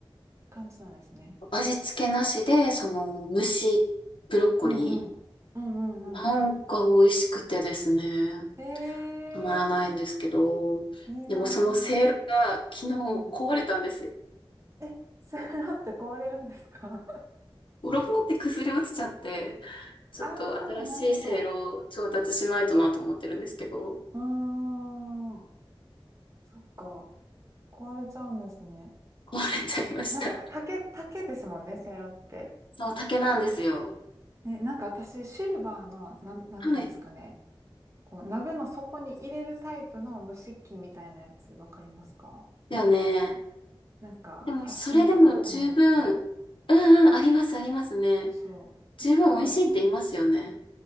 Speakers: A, on the right; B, on the left.
A: 感じなんですね。
B: 味付けなしで、その、蒸しブロッコリ
A: うんうん。うんうんうん。
B: ー。なんか美味しくてですね、
A: ええ
B: たまらないんですけど、
A: ー、いいなー。
B: でもそのせいろが昨日壊れたんですよ。
A: うん。え、セロって壊れるんですか
B: ボロボロって崩れ落ちちゃって、ちょっと新しいせいろを調達しないとなと思ってるんですけど、
A: <laughs> ああー、なるほど。うーん。そっか。壊れちゃうんですね。
B: 壊れちゃいました。
A: なんか、竹、竹ですもんね、セイロって。
B: そう、竹なんですよ。
A: ね、なんか私、シルバーの、なん、なんていうんですかね。
B: はい。
A: こう、鍋の底に入れるタイプの蒸し器みたいなやつ、わかりますか
B: だよね。
A: なんか、
B: でも、
A: 100均とかでたまに売ってる。
B: それでも十分、うんうん、あります、ありますね。
A: そうそう。
B: 十分美味しいって言いますよね。
A: なんか、